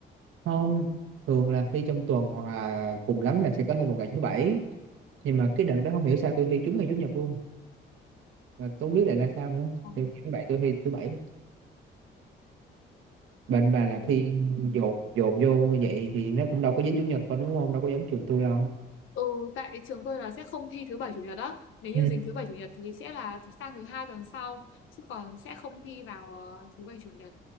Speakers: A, on the right; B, on the left.
A: không thường là thi trong tuần hoặc là cùng lắm là sẽ có thêm một ngày thứ bảy nhưng mà cái đợt đó không hiểu sao tôi thi trúng ngày chủ nhật luôn và tôi không biết lại là sao nữa
B: ừ,
A: nhưng mà vậy tôi thi thứ bảy Bên bà là
B: ừ.
A: thi dồn dồn vô vậy thì nó cũng đâu có dính chủ nhật đâu đúng không? Đâu có giống trường tôi đâu.
B: ừ tại trường tôi là sẽ không thi thứ bảy chủ nhật á nếu
A: Ừ.
B: như dính thứ bảy chủ nhật thì sẽ là sang thứ hai tuần sau chứ còn sẽ không thi vào ờ, thứ bảy chủ nhật